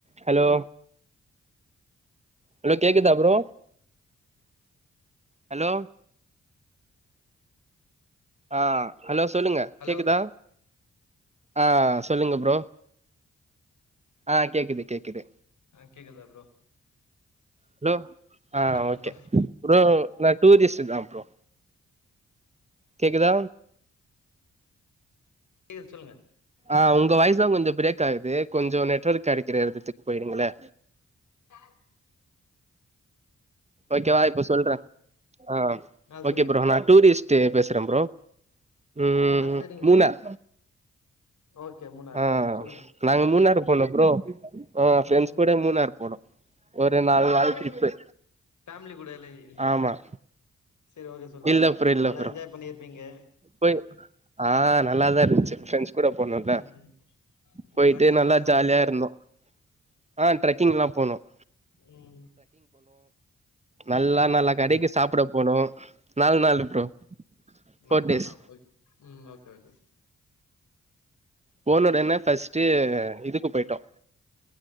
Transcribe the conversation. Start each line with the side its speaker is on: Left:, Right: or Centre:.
Right: hello hello கேக்குதா bro hello ஆஹ் hello சொல்லுங்க
Left: hello
Right: கேக்குதா ஆஹ் சொல்லுங்க ப்ரோ ஆஹ் கேக்குது கேக்குது
Left: ஆஹ் கேக்குதா ப்ரோ
Right: ஹலோ ஆஹ்
Left: என்ன ப்ரோ
Right: ஓகே ப்ரோ நான் டூரிஸ்ட் தா ப்ரோ கேக்குதா
Left: கேக்குது சொல்லுங்க
Right: ஆஹ் உங்க வாய்ஸ்தா கொஞ்சம் பிரேக் ஆகுது கொஞ்சம் நெட்வொர்க் கெடக்கிற எடத்துக்கு போயிடுங்கள
Left: சா
Right: ஓகேவா இப்ப சொல்ற ஆஹ்
Left: ஆ
Right: ஓகே
Left: சொல்லுங்க
Right: ப்ரோ நான் டூரிஸ்ட் டு பேசுறன் ப்ரோ ம்
Left: ஆஹ் சரிங் ப்ரோ
Right: மூணார்
Left: ஓகே மூணார
Right: ஆ
Left: சொல்லுங்க
Right: நாங்க மூணாறு போனோ ப்ரோ ஆ ஃப்ரெண்ட்ஸ்
Left: உம்
Right: கூட மூணாறு போனோ ஒரு நாலு
Left: அப்படியா
Right: நாள் ட்ரிப்பு
Left: பேமிலி கூடலா இல்லயா
Right: ஆமா
Left: சேரி ஓகே சொல்லுங்க
Right: இல்ல ப்ரோ இல்ல
Left: நல்லா
Right: ப்ரோ
Left: என்ஜாய் பண்ணியிருப்பீ ங்க
Right: போய் ஆஹ் நல்லாதா இருந்துச்சு ப்ரண்ட்ஸ் கூட போனல
Left: ம்
Right: போயிட்டு
Left: ட்ரக்கிங்
Right: நல்லா
Left: எல்லா போனீங்களா
Right: ஜாலியா இருந்தோம் ஆஹ் ட்ரக்கிங்லாம் போனோம்
Left: உம்
Right: நல்லா நல்லா கடைக்கு சாப்ட போனோம் நாலு நாளு ப்ரோ ஃபோர்
Left: நால் நாளா
Right: டேஸ்
Left: ஓக் உம் ஓகே ஓகே
Right: போனுடன்ன ஃபஸ்ட்டு இதுக்கு போயிட்டோம்